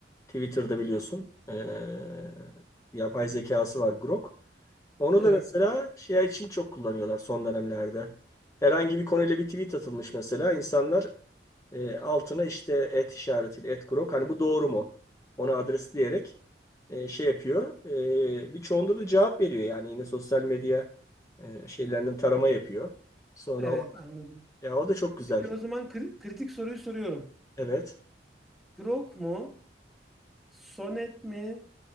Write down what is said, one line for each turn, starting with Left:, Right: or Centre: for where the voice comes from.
Left: Twitter'da biliyorsun. Ee, yapay zekası var Grok. Onu
Centre: Evet,
Left: da mesela şey için çok kullanıyorlar son dönemlerde. Herhangi bir konuyla bir tweet atılmış mesela insanlar e, altına işte et işaretiyle et Grok hani bu doğru mu? Onu adresleyerek e, şey yapıyor. E, birçoğunda da cevap veriyor yani yine sosyal medya e, şeylerinden tarama yapıyor. Sonra
Centre: evet
Left: o,
Centre: anladım.
Left: ya o da çok güzel.
Centre: Peki o zaman kri- kritik soruyu soruyorum.
Left: Evet.
Centre: Grok mu, Sonnet mi,